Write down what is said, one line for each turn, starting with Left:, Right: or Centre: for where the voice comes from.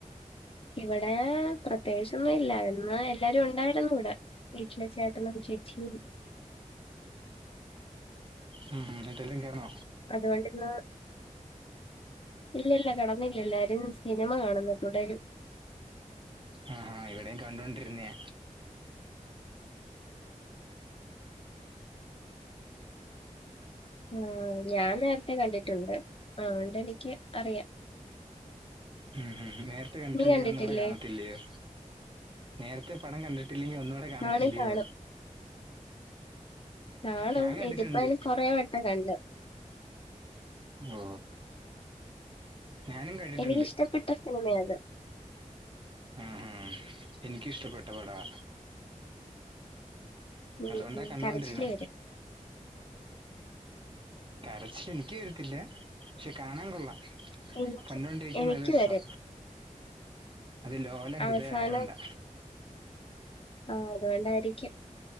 Left: ഇവിടെപ്രത്യേകിച്ചൊന്നു മില്ല, എന്നാ, എല്ലാവരു മുണ്ടായിരുന്നിവിടെ വീട്ടിലെ ചേട്ടനും ചേച്ചിയും
Right: ഉം.. ഉ.. ഇതല്ലേ, കേറണോ
Left: അതുകൊണ്ടിന്ന് ഇല്ലില്ല, കിടന്നില്ല. എല്ലാരും. സിനിമ കാണുന്നു 'തുടരും '
Right: ആഹ്... ഹ.. ഇവിടെയും കണ്ടോണ്ടിരുന്നിയ
Left: ആ, ഞാൻനേരത്തെ കണ്ടിട്ടുണ്ട്. അതുകൊണ്ടെനിക്കറിയാം.
Right: ഉം ഉം. നേരത്തെ കണ്ടിട്ടുണ്ടെങ്കിൽ
Left: നീ കണ്ടിട്ടില്ലേ
Right: ഒന്നൂടെ കാണത്തില്ലയോ, നേരത്തെപടം കണ്ടിട്ട് കണ്ടിട്ടില്ലെങ്കിൽ ഒന്നൂടെ കാണത്തില്ലയോ
Left: കാണും കാണും കാണും,
Right: ഞാൻ കണ്ടിട്ടുണ്ട്
Left: ഇതിപ്പമത് കൊറേ വട്ടംകണ്ടു.
Right: ഓ ഞാനും കണ്ടിട്ടുണ്ട്
Left: എനിക്കിഷ്ടപ്പെട്ട സിനിമയായത്
Right: ആഹ്.. ഹു എനിക്കു മിഷ്ടപ്പെട്ട പടമാ
Left: ഉം...
Right: അതുകൊണ്ടാ കണ്ടോണ്ടിരുന്നെ
Left: കരച്ചിലുവരും
Right: കരച്ചിലെനിക്കു വരത്തില്ല. പക്ഷേ കാണാൻ കൊള്ളാം.
Left: എനിക്ക്
Right: കണ്ടോണ്ടിരിക്കാൻ
Left: എനിക്ക്
Right: നല്ല രസാ
Left: വരും
Right: അതുലോലഹൃദയമായ
Left: അവസാനം
Right: കൊണ്ടാ
Left: ആ.. അതുകൊണ്ടായിരിക്കും.